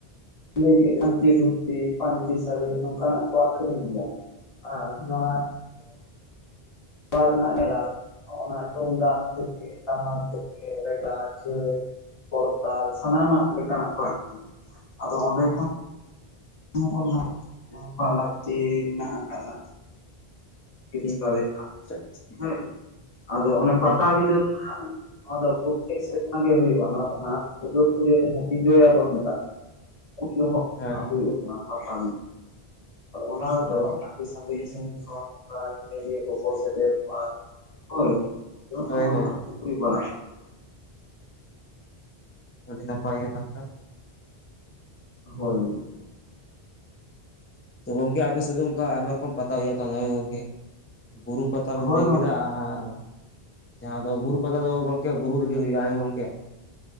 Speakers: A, on the left; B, on the left.
A: ᱞᱟᱹᱭ ᱠᱮᱫ ᱯᱟᱹᱧᱪᱤ ᱫᱷᱩᱛᱤ ᱯᱟᱹᱧᱪᱤ ᱥᱟᱹᱲᱤ ᱱᱚᱝᱠᱟᱱᱟᱜ ᱠᱚ ᱟᱠᱷᱨᱤᱧ ᱜᱮᱭᱟ ᱾ ᱟᱨ ᱡᱟᱦᱟ ᱾ ᱚᱱᱟ ᱨᱮᱱᱟᱜ ᱧᱮᱞᱟᱢᱟ ᱚᱱᱟ ᱛᱩᱢᱫᱟᱜ ᱛᱷᱮᱠᱮ ᱴᱟᱢᱟᱠ ᱛᱷᱮᱠᱮ ᱨᱮ ᱪᱷᱟᱹᱭ ᱾ ᱠᱚᱨᱛᱟᱞ ᱥᱟᱱᱟᱢᱟᱜ ᱞᱮᱠᱟᱱᱟᱜ ᱠᱚ ᱟᱹᱠᱷᱨᱤᱧᱟ ᱟᱫᱚ ᱚᱸᱰᱮ ᱠᱷᱚᱱ ᱾ ᱦᱚᱜ ᱱᱟᱜ ᱠᱚ ᱡᱟᱦᱟᱸᱭ ᱠᱚᱣᱟᱜ ᱞᱟᱹᱠᱛᱤ ᱢᱮᱱᱟᱜ ᱟᱠᱟᱫᱟ ᱠᱤᱨᱤᱧ ᱫᱟᱲᱮᱭᱟᱜ
B: ᱟᱪᱪᱷᱟ
A: ᱾
B: ᱟᱪᱪᱷᱟ
A: ᱦᱮᱸ ᱟᱫᱚ ᱚᱱᱮ
B: ᱦᱩᱸ
A: ᱯᱟᱴᱟᱵᱤᱫᱷᱟᱹ
B: ᱦᱩᱸ
A: ᱫᱚ ᱦᱟᱸᱜ ᱾ ᱱᱚᱣᱟ ᱫᱚ ᱯᱨᱚᱛᱮᱠ ᱥᱮᱨᱢᱟ ᱜᱮ ᱦᱩᱭᱩᱜᱼᱟ ᱱᱚᱣᱟ ᱫᱚ ᱦᱟᱸᱜ ᱾ ᱫᱩᱨᱜᱟ ᱯᱩᱡᱟ ᱨᱮ ᱵᱤᱡᱚᱭᱟ ᱠᱚ ᱢᱮᱛᱟ ᱠᱟᱱᱟ ᱩᱱᱡᱚᱦᱚᱜ
B: ᱦᱮᱸ
A: ᱦᱩᱭᱩᱜᱼᱟ ᱾ ᱚᱱᱟ ᱯᱟᱛᱟ ᱟᱫᱚ ᱚᱱᱟ
B: ᱦᱮᱸ
A: ᱫᱚ ᱟᱹᱰᱤ ᱥᱟᱜᱤᱧ ᱥᱟᱜᱤᱧ ᱠᱷᱚᱱ ᱱᱚᱝᱠᱟ ᱠᱷᱮᱞᱳᱭᱟᱹ ᱠᱚᱠᱚ ᱥᱮᱴᱮᱨ ᱠᱚᱜᱼᱟ ᱾ ᱦᱳᱭ
B: ᱦᱳᱭ
A: ᱚᱱᱠᱟ
B: ᱦᱳᱭ
A: ᱜᱮ ᱦᱩᱭ ᱵᱟᱲᱟᱜᱼᱟ
B: ᱟᱹᱰᱤ ᱱᱟᱯᱟᱭ ᱜᱮ ᱢᱮᱱᱟᱜ ᱵᱚᱱᱟ ᱾
A: ᱦᱳᱭ ᱾
B: ᱛᱚ ᱟᱯᱮ ᱥᱮᱫ ᱚᱱᱠᱟ ᱟᱭᱢᱟ ᱨᱚᱠᱚᱢ ᱯᱟᱛᱟ ᱦᱩᱭᱩᱜᱭᱟ ᱜᱚᱢᱠᱮ ᱾ ᱵᱩᱨᱩ ᱯᱟᱛᱟᱵᱤᱱ
A: ᱦᱳᱭ
B: ᱞᱟᱹᱭ
A: ᱜᱚᱝᱠᱮ
B: ᱠᱮᱫᱟ ᱟᱨ ᱾ ᱡᱟᱦᱟᱸ ᱫᱚ ᱵᱩᱨᱩ ᱯᱟᱛᱟᱟ ᱫᱚ ᱜᱚᱝᱠᱮ ᱵᱩᱨᱩ ᱨᱮᱜᱤ ᱦᱩᱭᱩᱜᱼᱟ ᱜᱚᱝᱠᱮ ᱾